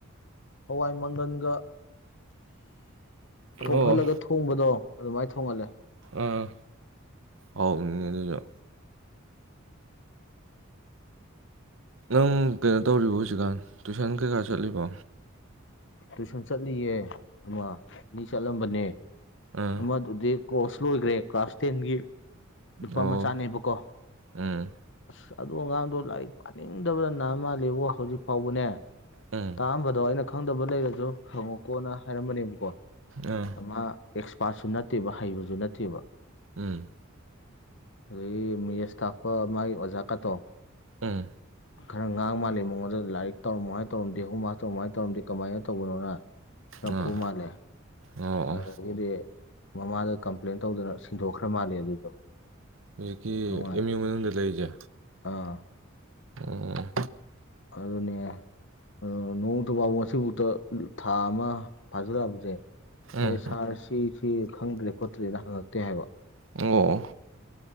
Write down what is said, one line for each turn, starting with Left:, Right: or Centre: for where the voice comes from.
Left: ꯍꯋꯥꯏ ꯃꯪꯒꯟꯒ ꯄꯣꯐꯜꯂꯒ
Right: ꯑꯣ
Left: ꯊꯣ ꯊꯣꯡꯕꯗꯣ ꯑꯗꯨꯃꯥꯏꯅ ꯊꯣꯡꯍꯜꯂꯦ
Right: ꯑꯥ ꯍꯥꯎꯅꯤ ꯑꯗꯨꯁꯨ ꯅꯪ ꯀꯩꯅꯣ ꯇꯧꯔꯤꯕ ꯍꯧꯖꯤꯛꯀꯥꯟ ꯇꯨꯏꯁꯟ ꯀꯩꯀꯥ ꯆꯠꯂꯤꯕꯣ
Left: ꯇꯨꯏꯁꯟ ꯆꯠꯂꯤꯌꯦ ꯑꯃ ꯑꯅꯤ ꯆꯠꯂꯝꯕꯅꯦ
Right: ꯑꯥ
Left: ꯑꯃ ꯑꯗꯨꯗꯤ ꯀ꯭ꯔꯣꯁ ꯂꯣꯏꯈ꯭ꯔꯦ ꯀ꯭ꯂꯥꯁ ꯇꯦꯟꯒꯤ ꯅꯨꯄꯥ
Right: ꯑꯣ
Left: ꯃꯆꯥꯅꯦꯕꯀꯣ
Right: ꯎꯝ
Left: ꯑꯁ ꯑꯗꯣ ꯑꯉꯥꯡꯗꯣ ꯂꯥꯏꯔꯤꯛ ꯄꯥꯅꯤꯡꯗꯕꯅ ꯅꯥ ꯃꯥꯜꯂꯤꯦꯕꯣ ꯍꯧꯖꯤꯛ ꯐꯥꯎꯕꯅꯦ
Right: ꯎꯝ
Left: ꯇꯥꯝꯕꯗꯣ ꯑꯩꯅ ꯈꯪꯗꯕ ꯂꯩꯔꯁꯨ ꯍꯪꯉꯨꯀꯣꯅ ꯍꯥꯏꯔꯝꯕꯅꯦꯕꯀꯣ
Right: ꯑꯥ
Left: ꯑꯃ ꯑꯦꯛꯁꯄꯥꯔꯠꯁꯨ ꯅꯠꯇꯦꯕ ꯍꯩꯕꯁꯨ ꯅꯠꯇꯦꯕ
Right: ꯎꯝ
Left: ꯑ ꯃꯤꯌꯦꯁꯇꯥꯥꯄ ꯃꯥꯒꯤ ꯑꯣꯖꯥ ꯀꯥ ꯇꯣ
Right: ꯎꯝ
Left: ꯈꯔ ꯉꯥꯡ ꯃꯥꯜꯂꯤ ꯃꯉꯣꯟꯗ ꯂꯥꯏꯔꯤꯛ ꯇꯧꯔꯝꯃꯣ ꯍꯥꯏ ꯇꯧꯔꯝꯗꯦ ꯍꯣꯝ ꯃꯥꯁ ꯇꯧꯔ ꯀꯃꯥꯏꯅ ꯇꯧꯔꯝꯗꯦ ꯀꯃꯥꯏꯅ ꯇꯧꯕꯅꯣꯅ ꯈꯔ
Right: ꯑꯥ
Left: ꯐꯨ ꯃꯥꯜꯂꯦ
Right: ꯑꯣ ꯑꯣ
Left: ꯑꯗꯒꯤꯗꯤ ꯃꯃꯥꯗ ꯀꯝꯄ꯭ꯂꯦꯟ ꯇꯧꯗꯅ ꯁꯤꯟꯗꯣꯛꯈ꯭ꯔ ꯃꯥꯜꯂꯦ ꯑꯗꯨꯗꯣ
Right: ꯍꯧꯖꯤꯛꯀꯤ
Left: ꯅꯨꯡꯉꯥꯏ
Right: ꯑꯦꯝ ꯌꯨ ꯃꯅꯨꯡꯗ ꯂꯩꯔꯤꯁꯦ
Left: ꯑꯥ
Right: ꯎꯝ
Left: ꯑꯗꯨꯅꯦ ꯑ ꯅꯣꯡꯇꯨꯕꯥꯥꯕꯁꯤꯕꯨꯥꯎꯇ ꯊꯥ ꯑꯃ ꯐꯥꯖꯤꯂꯛꯑꯕꯁꯦ
Right: ꯎꯝ
Left: ꯑꯦ ꯁꯥꯔ ꯁꯤ ꯁꯤ ꯈꯪꯗ꯭ꯔꯦ ꯈꯣꯠꯇ꯭ꯔꯦꯅ ꯍꯪꯉꯛꯇꯦ ꯍꯥꯏꯕ
Right: ꯑꯣ